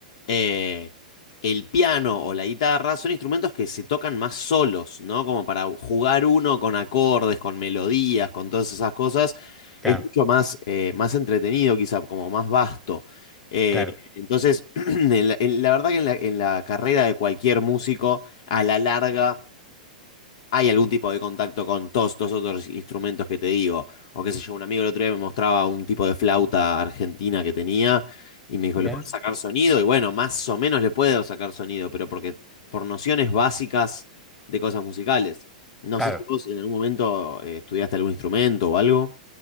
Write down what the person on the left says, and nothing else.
eh, el piano o la guitarra son instrumentos que se tocan más solos, ¿no? Como para jugar uno con acordes, con melodías, con todas esas cosas.
Es mucho más, eh, más entretenido, quizá, como más vasto. Eh,
entonces, <clears throat> en la, en- la verdad que en la, en la carrera de cualquier músico, a la larga hay algún tipo de contacto con todos estos otros instrumentos que te digo. O qué sé yo, un amigo el otro día me mostraba un tipo de flauta argentina que tenía y me dijo,
¿le puedes sacar sonido? Y bueno, más o menos le puedo sacar sonido, pero porque por nociones básicas de cosas musicales. No
sé si vos en algún momento eh, estudiaste algún instrumento o algo.